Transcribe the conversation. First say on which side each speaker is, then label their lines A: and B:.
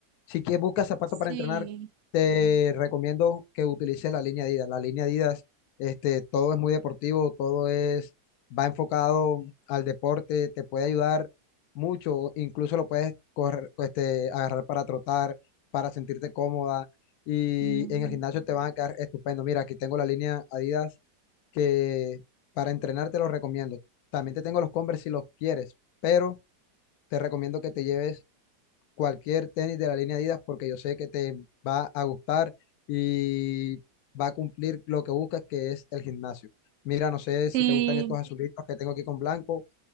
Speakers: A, on the left (about 70°); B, on the right (about 70°).
A: Si quieres buscas zapatos
B: Sí.
A: para entrenar, te recomiendo que utilices la línea Adidas. La línea Adidas, este, todo es muy deportivo, todo es, va enfocado al deporte, te puede ayudar mucho, incluso lo puedes correr, este, agarrar para trotar, para sentirte cómoda, y
B: mm,
A: en el gimnasio te van a quedar estupendo. Mira, aquí tengo la línea Adidas que para entrenar te los recomiendo. También te tengo los Converse si los quieres, pero te recomiendo que te lleves cualquier tenis de la línea Adidas porque yo sé que te va a gustar y va a cumplir lo que buscas, que es el gimnasio. Mira, no sé si
B: Sí.
A: te gustan estos azulitos que tengo aquí con blanco,